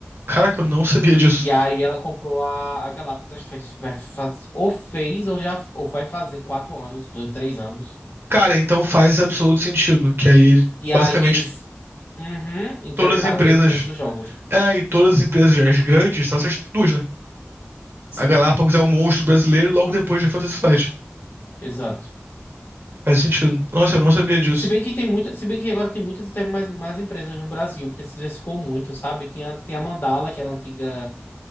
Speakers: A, on the right; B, on the left.
A: Caraca, eu não sabia disso.
B: E aí ela comprou a, a Galápagos, acho que faz, vai faz, ou fez, ou já, ou vai fazer quatro anos, dois, três anos.
A: Cara, então faz absoluto sentido, que aí
B: E
A: basicamente
B: aí eles, uhum, incrementaram
A: todas as empresas
B: mesmo o preço dos jogos.
A: É, e todas as empresas as grandes são essas duas, né?
B: Sim,
A: A Galápagos é o monstro brasileiro logo depois de Fantasy Flight.
B: exato.
A: Faz sentido. Nossa, eu não sabia disso.
B: Se bem que tem muita, se bem que agora tem muitas até mais, mais empresas no Brasil, porque se diversificou muito, sabe? Tinha, tem a Mandala, que era antiga